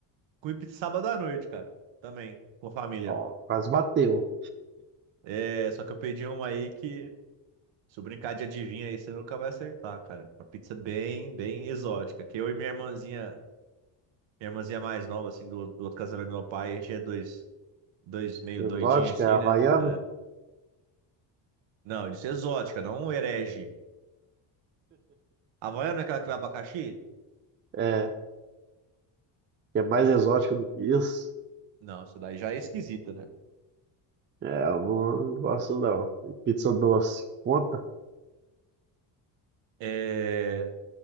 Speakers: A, on the right (about 70°); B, on the right (about 25°).
A: Comi pizza sábado à noite, cara. Também, com a família.
B: Ó, quase bateu.
A: É, só que eu pedi um aí que, se eu brincar de adivinha aí, você nunca vai acertar, cara. Uma pizza bem, bem exótica. Que eu e minha irmãzinha, minha irmãzinha mais nova, assim, do, do outro casamento do meu pai, a gente é dois, dois meio
B: Exótica,
A: doidinhos, assim,
B: havaiana?
A: né? É. Não, eu disse exótica, não um herege. Havaiana não é aquela que vai abacaxi?
B: É, que é mais exótico do que isso.
A: Não, isso daí já é esquisita, né?
B: É, eu não gosto não. E Pizza doce. Conta?
A: É...